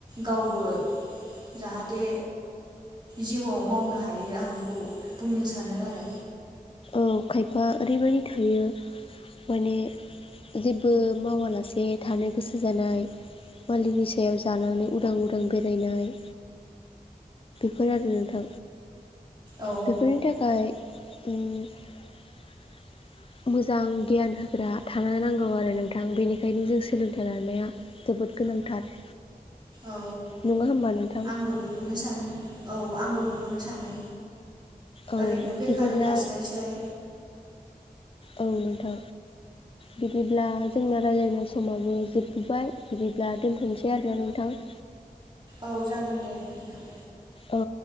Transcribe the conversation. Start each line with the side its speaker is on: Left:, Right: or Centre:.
Right: गावबो जाहाथे जिउआव मावनो हायो आं बेखौ बुंनो सानो आरो।
Left: औ खायफा ओरैबायदि थायो माने जेबो मावालासे थानो गोसो जानाय मालिकनि सायाव जानानै उदां उदां बेरायनाय फोर आरो नोंथां
Right: औ
Left: बेफोरनि थाखाय उम <inaudible> मोजां गियान होग्रा थानो नांगौ आरो नोंथां बेनिखायनो जों सोलोंथाइ लानाया जोबोद गोनांथार।
Right: औ
Left: नङा होमबा नोंथां
Right: आंबो बेखौनो सानो औ आंबो बे बेखौनो सानो
Left: औ
Right: ओरैनो बेकारि
Left: बिदिब्ला
Right: थास्लाय स्लाय
Left: औ नोंथां बिदिब्ला जोंना रायज्लायनाय समाबो जोबबोबाय बिदिब्ला दोनथ'नोसै आरोना नोंथां <inaudible>
Right: औ जागोन दे नोंथां।
Left: औ।